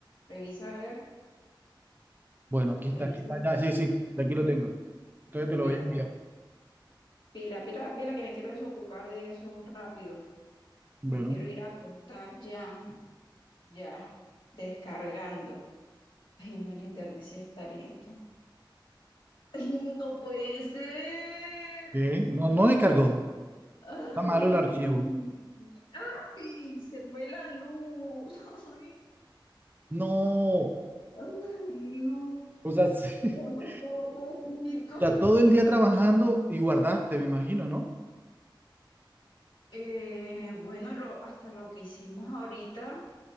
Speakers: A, on the left; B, on the right.
A: Revisa a ver,
B: Bueno, aquí
A: revisa.
B: está, aquí está. Ya, sí, sí, aquí lo tengo. Entonces te
A: Bueno,
B: lo voy a enviar.
A: pues. Pila, pila, pila, que me quiero desocupar de eso rápido.
B: Bueno.
A: Me quiero ir a acostar ya, ya, descargando. Ay, no, el internet sí está lento. Ay, no puede ser.
B: ¿Qué? No, no descargó.
A: Ay,
B: Está malo el archivo.
A: ay, se fue la luz. Ay,
B: No.
A: ay, no.
B: O sea, sí.
A: Ya
B: <laughs>
A: faltaba poquito.
B: O sea, todo el día trabajando y guardaste, me imagino, ¿no?
A: Eh, bueno, lo, hasta lo que hicimos ahorita.